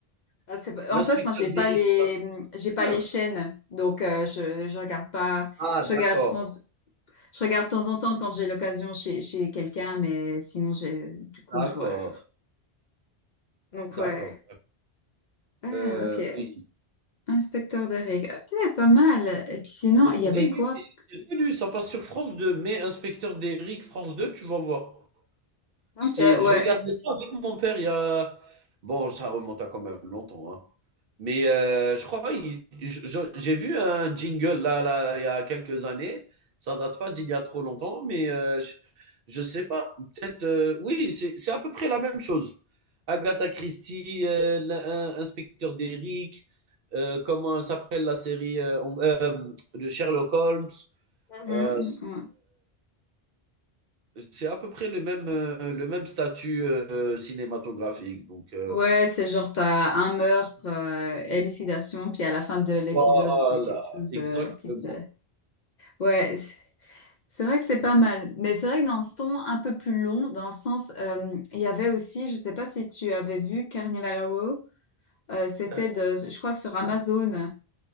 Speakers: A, on the left; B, on the right.
A: Ah, c'est-
B: L'inspecteur
A: En fait, moi, j'ai pas
B: Deric,
A: les,
B: ça,
A: j'ai
B: c'est
A: pas
B: bien.
A: les chaînes, donc euh, je, je regarde pas.
B: Ah,
A: Je
B: d'accord,
A: regarde France, je regarde de temps en temps quand j'ai l'occasion chez, chez quelqu'un, mais sinon, j'ai, du coup,
B: d'accord,
A: je vois. je- Donc
B: d'accord.
A: ouais. Ah,
B: Euh,
A: ok.
B: oui,
A: Inspecteur de règles. Ok, pas mal. Et puis sinon,
B: euh,
A: il y
B: oui,
A: avait quoi?
B: oui, oui, c'est connu, ça passe sur France 2. Mais inspecteur Deric, France 2, tu vas voir.
A: Ok,
B: C'est
A: ouais.
B: je regardais ça avec mon père il y a bon, ça remonte à quand même longtemps, hein. Mais heu, je crois il je je j'ai vu un jingle là là, il y a quelques années. Ça date pas d'il y a trop longtemps, mais heu, je je sais pas, peut-être, heu, oui, c'est c'est à peu près la même chose. Agatha Christie, heu, l'in in inspecteur Derrick, heu, comment s'appelle la série, heu, on hem, de Sherlock Holmes,
A: Mhm,
B: heu,
A: mhm.
B: c'est à peu près le même, euh, le même statut euh, cinématographique. Donc, euh,
A: Ouais, c'est genre, t'as un meurtre, euh, élucidation, puis à la fin de l'épisode,
B: voilà,
A: t'as quelque chose
B: exactement.
A: euh, qui se... Ouais, c'est c'est vrai que c'est pas mal. Mais c'est vrai que dans ce ton un peu plus long, dans le sens, euh, il y avait aussi, je sais pas si tu avais vu Carnival Row, euh, c'était
B: Euh,
A: de, je crois que sur Amazon,
B: non,